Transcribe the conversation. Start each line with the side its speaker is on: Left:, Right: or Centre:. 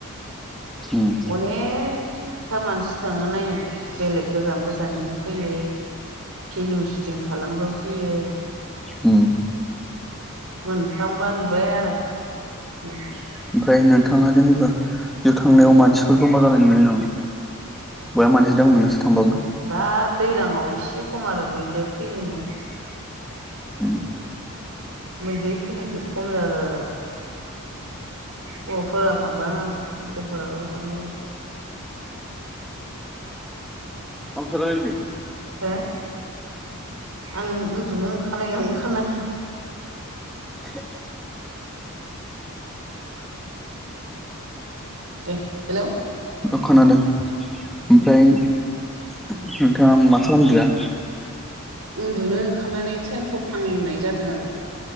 Centre: उम
Right: अनेक था मानसि थांङो नायनो बेलेग गोजान गोजाननिबो फैयो। फिल्मि सुटिं खालामनोबो फैयो
Centre: उम
Right: मोनफ्लांबा नुबाय आरो। <unintelligible>
Centre: ओमफ्राय नोंथाङा जेनेबा बेव थांनायाव मानसिफोर जमा जानाय नुनाय नमा? हौवायाबो मानजिदों मोना नासो थांबावो।
Right: दा दैज्लांआव एसे खम आरो मैदेर फैयोनो।
Centre: उम।
Right: मैदेर फैनायखो खम <unintelligible> हौवाफोरा थांबाङा हिनजावफोराल' थाङो।
Centre: फ'न‌‌सो रायलायदों।
Right: फ्राय आं उन्दुनो ओंखारनाय ओंखारनाय
Centre: <unintelligible>
Right: दे हेल'
Centre: अह खोनादों ओमफ्राय नोंथाङा मा खालामदो?
Right: उन्दुनो ओंखारनानै थेन थफ्लांनाय जादों आरो।